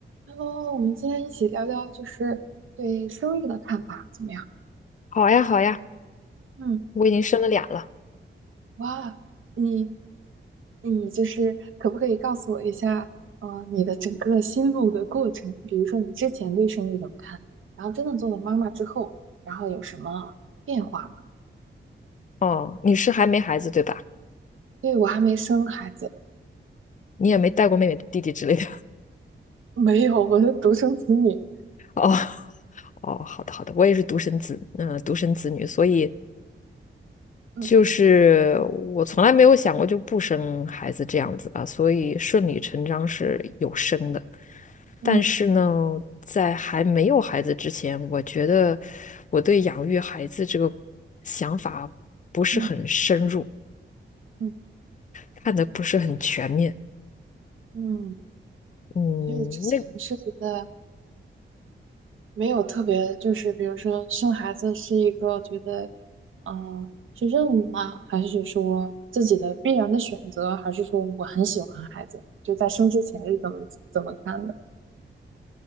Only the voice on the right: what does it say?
Hello，我们今天一起聊聊就是对生育的看法怎么样？
嗯，
哇，你你就是可不可以告诉我一下，呃，你的整个心路的过程？比如说你之前对生育怎么看，然后真的做了妈妈之后，然后有什么变化吗？
对，我还没生孩子，
没有，我是独生子女。
嗯
嗯
嗯嗯
嗯，
所以之前是觉得。
没有特别，就是比如说生孩子是一个觉得，嗯、是任务吗？还是说自己的必然的选择？还是说我很喜欢孩子？就在生之前是怎么怎么看的？